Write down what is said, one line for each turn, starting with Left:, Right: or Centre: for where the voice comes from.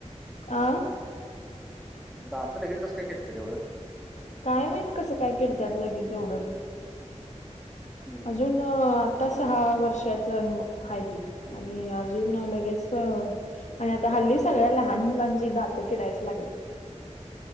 Left: अ
Centre: दात लगेच कसं काय किडतात एवढं
Left: काय माहित कसं काय किडतात लगेच एवढं
Centre: हम्म
Left: अजून आता सहा वर्षाच अन आहे त आणि अजून लगेच हो आणि आता हल्ली सगळ्या लहान मुलांची दातं कीडायच लागलेत.